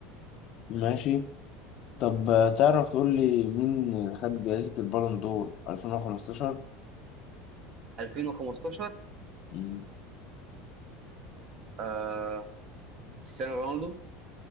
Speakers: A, on the left; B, on the right.
A: ماشي طب آه، تعرف تقول لي مين اللي خد جائزة البالون دور 2015؟
B: 2015
A: مم.
B: آه كريستيانو رونالدو